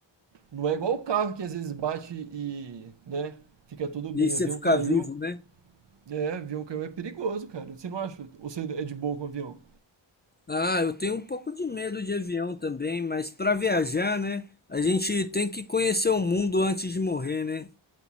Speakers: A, on the right; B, on the left.
A: não é igual o carro que às vezes bate e, né, fica tudo bem.
B: E você
A: O avião
B: ficar
A: caiu,
B: vivo, né?
A: É, avião caiu é perigoso, cara. Você não acha? Ou você é de boa com avião?
B: Ah, eu tenho um pouco de medo de avião também, mas para viajar, né? A gente tem que conhecer o mundo antes de morrer, né?